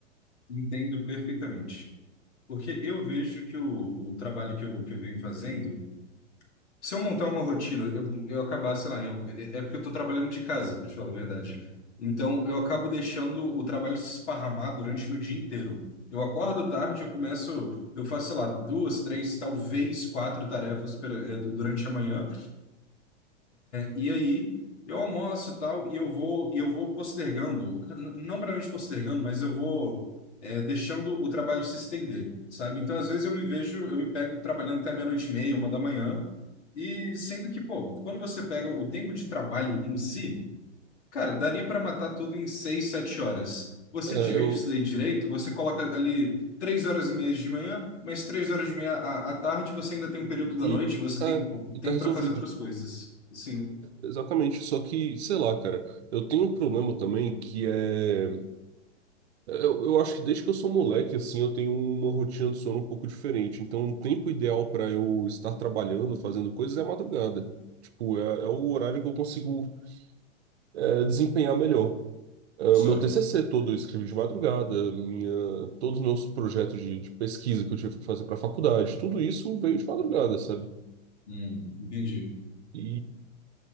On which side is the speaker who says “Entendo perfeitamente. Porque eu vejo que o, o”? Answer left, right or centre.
Left